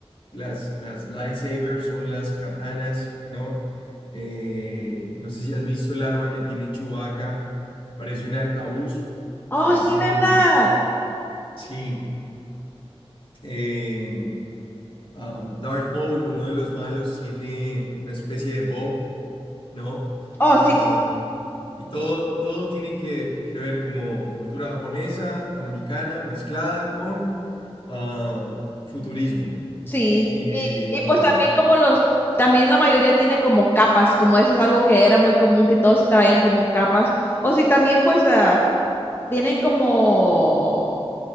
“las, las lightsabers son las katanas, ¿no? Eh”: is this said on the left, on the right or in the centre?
Left